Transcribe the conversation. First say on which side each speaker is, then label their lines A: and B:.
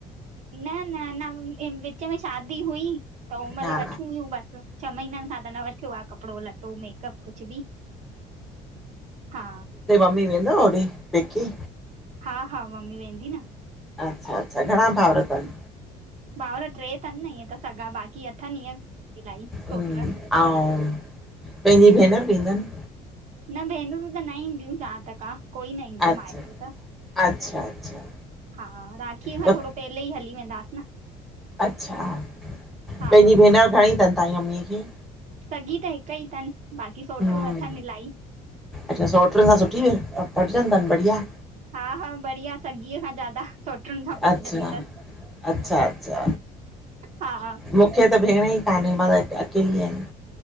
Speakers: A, on the right; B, in the centre.
A: न-न-न विच में शादी हुई त हो मतलब
B: हा
A: वठी हुयूं बसि। छह महननि खा त न वठी थियो आहे कपिड़ो लटो मेकअप कुझ बि, हा
B: कॾहिं वेंदव होॾे फेंके?
A: हा हा मम्मी वेंदी न।
B: अच्छा, अच्छा। घणा भााउर अथनि?
A: भाउर टे अथनि न ईअं त सगा बाक़ी थनि ईअं इलाही।
B: ऐं
A: सोट
B: पंहिंजी भेनर बि ईंदनि?
A: न भेनरूं त न ईंदियूं जहां तकतां आहे कोई न ईंदो
B: अच्छा
A: माइट त।
B: अच्छा, अच्छा
A: हा, राखीअ खां
B: त
A: थोरो पहले ई हली वेंदास न।
B: अच्छा, पंहिंजी
A: हा
B: भेनरु घणी अथनि तव्हांजी मम्मीअ खे?
A: सॻी त हिकु ई थनि। बाक़ी सोटूं
B: हम्म,
A: अथनि इलाही।
B: अच्छा सौटनि खां सुठी पटजनि अथनि बढ़िया?
A: हा हा बढ़िया। सॻीअ खां ज्यादा सोटूं नि सां पटजंदी
B: अच्छा
A: अथस।
B: अच्छा अच्छा
A: हा
B: मूंखे त भेण ई कान्हे, मां त अकेली आहियां।